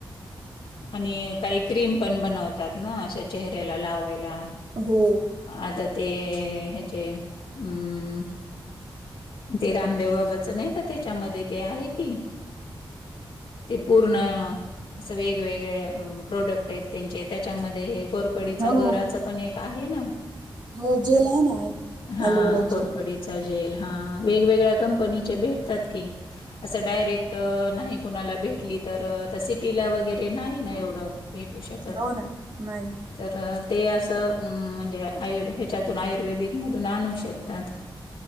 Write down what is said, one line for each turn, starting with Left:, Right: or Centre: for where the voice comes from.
Left: आणि काही क्रीम पण बनवतात ना अ ते चेहऱ्याला लावायला
Right: हो.
Left: आता ते ते हम ते रामदेव बाबाच नाही का त्याच्यामध्ये ते आहे की ते पूर्ण असं वेगवेगळे अ प्रोडक्ट आहेत त्यांचे त्याच्यामध्ये हे कोरपडीचा
Right: हो
Left: गराच पण एक आहे ना
Right: हो जेल आहे ना
Left: हां
Right: एलोवेरा
Left: कोरपडी
Right: जेल
Left: चा जेल हां वेगवेगळ्या कंपनीचे भेटतात की. असं डायरेक्ट नाही कुणाला भेटली तर अ त्या सिटीला वगैर वगैरे नाही ना एवढ भेटू शकत.
Right: हो ना नाही.
Left: तर ते असं म्हणजे आयुर ह्याच्यातून आयुर्वेदिकमधून आणू शकतात.